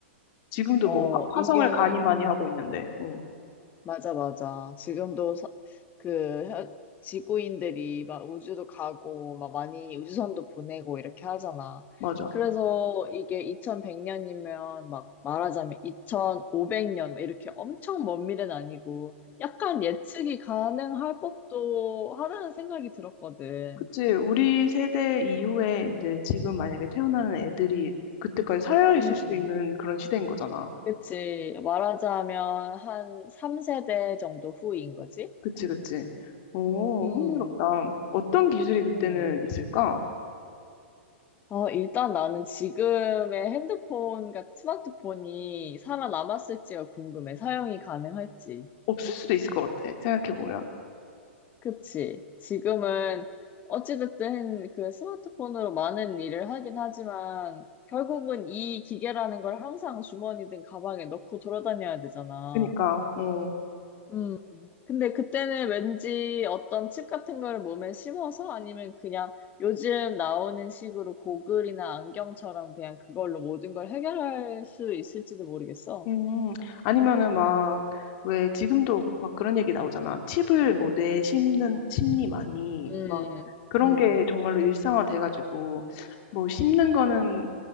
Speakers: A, on the left; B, on the left.
A: 지금도
B: 어,
A: 뭐 화, 화성을
B: 이게,
A: 가니 많이
B: 음,
A: 하고 있는데. 어,
B: 맞아, 맞아. 지금도 서- 그 혀- 지구인들이 막 우주도 가고 막 많이 우주선도 보내고 이렇게 하잖아.
A: 맞아.
B: 그래서 이게 2100년이면 막 말하자면 2500년 이렇게 엄청 먼 미래는 아니고 약간 예측이 가능할 법도 하다는 생각이 들었거든.
A: 그치. 우리 세대 이후에 이제 지금 만약에 태어나는 애들이 그때까지 살아있을
B: 음,
A: 수 있는 그런 시대인 거잖아.
B: 그치. 말하자면 한 3세대 정도 후인 거지?
A: 그치, 그치. 오,
B: 음,
A: 흥미롭다. 어떤 기술이 그때는
B: 음.
A: 있을까?
B: 어, 일단 나는 지금의 핸드폰과 스마트폰이 살아남았을지가 궁금해. 사용이 가능할지.
A: 없을 수도 있을 것 같아. 생각해보면.
B: 그치? 지금은 어찌됐든 그 스마트폰으로 많은 일을 하긴 하지만 결국은 이 기계라는 걸 항상 주머니든 가방에 넣고 돌아다녀야 되잖아.
A: 그니까, 어,
B: 음. 근데 그때는 왠지 어떤 칩 같은 거를 몸에 심어서 아니면 그냥 요즘 나오는 식으로 고글이나 안경처럼 그냥 그걸로 모든 걸 해결할 수 있을지도 모르겠어.
A: 음, 아니면은 막, 왜 지금도 막 그런 얘기 나오잖아. 칩을 뭐 뇌에 심는, 심리만이,
B: 음,
A: 막, 그런
B: 음,
A: 게 정말로 일상화 돼가지고, 뭐 심는 거는